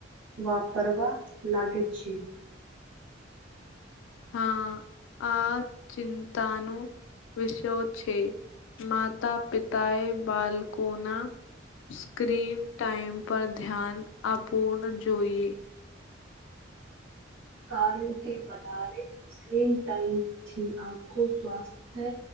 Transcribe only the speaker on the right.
વાપરવા લાગે છે.
કારણ કે વધારે સ્ક્રીન ટાઈમથી આખું સ્વાસ્થ્ય